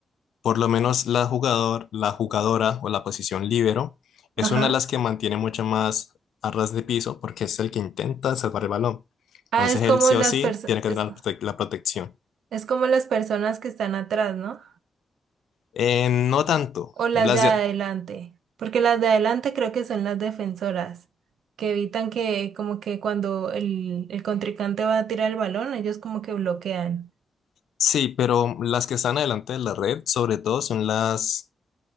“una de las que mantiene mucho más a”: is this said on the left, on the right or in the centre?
Left